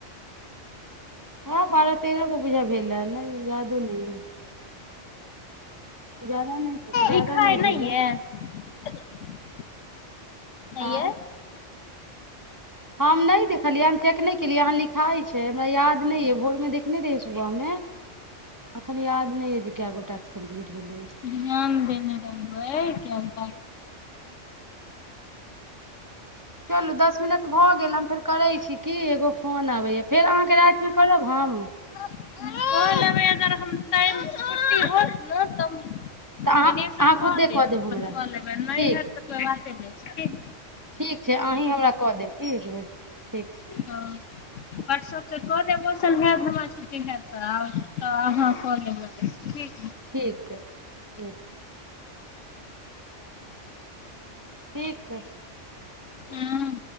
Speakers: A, on the right (about 20°); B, on the left (about 80°).
A: हँ बारह तेरह गो बूझा भेल रहल ह ने यादो नै ह जादा नहि जादा
B: लिखाइ
A: नहि
B: नै
A: भेलै
B: ये <inaudible> नहि
A: आँ
B: ये
A: हम नहि देखलियै हम चेक नहि केलियै अहाँ लिखाइ छै हमरा याद नहि ये भोर मे देखने रहियै सुबह मे एखन याद नहि ये जे कए गो टास्क कम्प्लीट भेलै
B: ध्यान देने रहबै क
A: चलू दस मिनट भऽ गेल हम फेर करै छी कि एगो फोन आबैया फेर अहाँके राति फेर करब हम
B: द देबय अगर हम टाइम छुट्टी होत ने तऽ
A: अहाँ
B: एनेस
A: अहाँ
B: कऽ
A: खुदे
B: देब अपन
A: हमरा
B: कऽ लेबै नहि
A: ठीक
B: हत तऽ कोइ बाते नहि ठीक
A: ठीक छै अहीँ हमरा कऽ देब की भेलै ठीक छै
B: हँ आओर सबसँ कह देब मौसल होयत हमरा छुट्टी हेतऽ तऽ अहाँ कलेबै ठीक
A: ठीक ह ठीक हइ
B: हुंम